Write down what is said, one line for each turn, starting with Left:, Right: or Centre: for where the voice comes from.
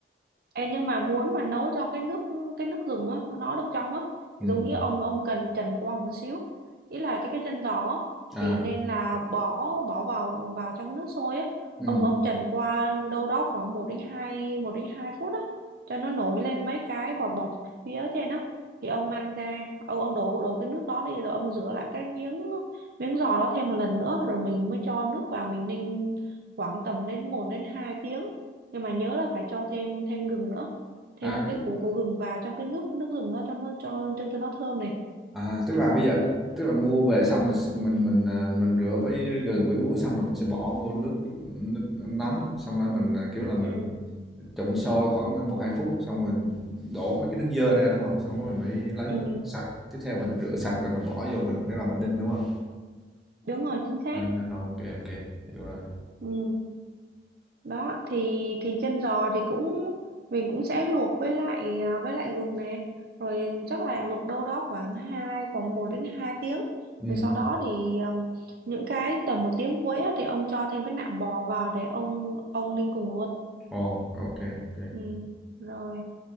Right: Ê, nhưng mà muốn mà nấu cho cái nước cái nước dùng á nó được trong á
Centre: Ừm,
Right: giống như ông ông cần trần qua một xíu ý là cái cái chân giò á,
Centre: à,
Right: thì nên là bỏ bỏ vào vào trong cái nước sôi á
Centre: ừm,
Right: ông ông trần qua đâu đó khoảng một đến hai một đến hai phút á cho nó nổi lên mấy cái bọt bọt phía trên á thì ông mang ra ông ông đổ đổ cái nước đó đi rồi ông rửa lại cái miếng miếng giò đó thêm một lần nữa rồi mình mới cho nước vào mình ninh khoảng tầm đến một đến hai tiếng nhưng mà nhớ là phải cho thêm thêm gừng nữa
Centre: à,
Right: thêm một
Centre: tức
Right: cái củ củ gừng vào trong cái nước nước gừng đó cho nó cho cho, cho nó thơm này
Centre: à, tức là bây giờ tức là mua về xong rồi s mình mình, à, mình rửa với gừng với muối xong rồi mình sẽ bỏ vô nước nước nóng, xong rồi mình, à, kiểu là, mình
Right: ừ,
Centre: trụng sôi khoảng một hai phút, xong mình đổ mấy cái nước dơ ra, đúng không Xong rồi mình mới lấy
Right: ừ,
Centre: một cái nước sạch, tiếp theo mình rửa sạch rồi mình bỏ vô mình bắt đầu mình ninh, đúng không
Right: đúng rồi chính xác
Centre: À, ok kê, hiểu rồi.
Right: ừ. đó thì thì chân giò thì cũng mình cũng sẽ luộc với lại à, với lại gừng này rồi chắc là luộc đâu đó khoảng hai khoảng một đến hai tiếng
Centre: Ừm,
Right: rồi sau đó thì um, những cái tầm một tiếng cuối á, thì ông cho thêm cái nạm bò vào để ông ông ninh cùng luôn
Centre: ồ, ok ok
Right: ừ. rồi